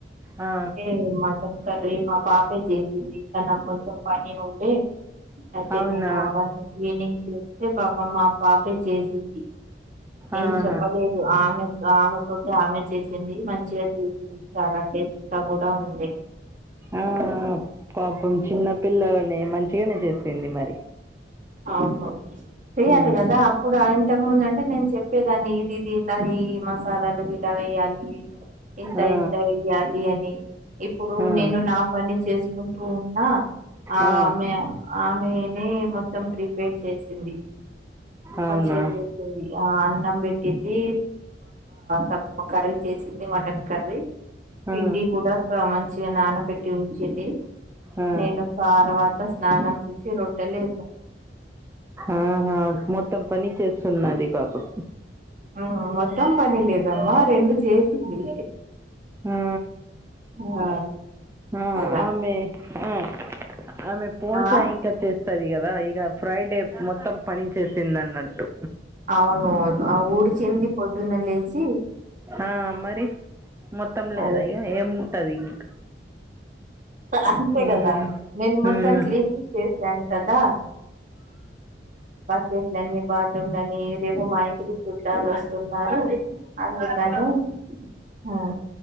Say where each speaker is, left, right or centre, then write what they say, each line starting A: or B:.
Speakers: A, on the right; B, on the right.
A: ఆ
B: అయితే మటన్ కర్రీ మా పాపే చేసింది ఇంకా నాకు కొంచెం పని ఉండే అయితే
A: అవునా
B: నేను అవన్నీ క్లీనింగ్ చేస్తే పాపం ఆ పాపే చేసింది ఏం
A: ఆహా
B: చెప్పలేదు ఆమె ఆమె తోటి ఆమె చేసింది మంచిగా చేసింది చాలా టేస్ట్ గా కూడా ఉంది
A: ఆ పాపం చిన్నపిల్లనే మంచిగానే చేసింది మరి
B: అవును చెయ్యాలి
A: మ్మ్
B: కదా అప్పుడు ఇంతకు ముందు అంటే నేను చెప్పేదాన్ని ఇది ఇది ఇలా ఈ మసాలలు ఇలా వెయ్యాలి ఇంత
A: ఆ
B: ఇంత వెయ్యాలి అని ఇప్పుడు
A: ఆ
B: నేను నా పని చేసుకు టువున్న
A: ఆ
B: ఆమే అమేనే మో మొత్తం ప్రిపేర్ చేసింది
A: అవునా
B: మంచిగా చేసింది ఆ అన్నం బెట్టింది పప్ప కర్రీ చేసింది మటన్ కర్రీ పిండి
A: ఆ
B: కూడా మంచిగా నానబెట్టి ఉంచింది
A: ఆ
B: నేను తర్వాత స్నానం చేసి రొట్టలే
A: ఆహా మొత్తం పని చేస్తున్నది పాపం
B: ఉ మొత్తం పని లేదమ్మా రెండు చేసింది
A: ఆ
B: ఆ
A: ఆ
B: అలా
A: ఆమె ఆ ఆమె పోచా
B: ఆ
A: ఇంకా చేస్తది కదా ఇక ఫ్రైడే మొత్తం పని చేసింది అన్నట్టు
B: అవును ఆ ఊడిచింది పొద్దున్న లేచి
A: ఆ మరి మొత్తం లేదు
B: అదే
A: అయ ఏముంటది ఇంకా
B: అంతే
A: మ్మ్
B: కదా నేను
A: మ్మ్
B: మొత్తం క్లీనింగ్ చేసాను కదా బాకెట్లని బాత్రూమ్లని రేపు మా ఇంటికి చూ ట్టాలు వస్తున్నారు అందుకని ఆ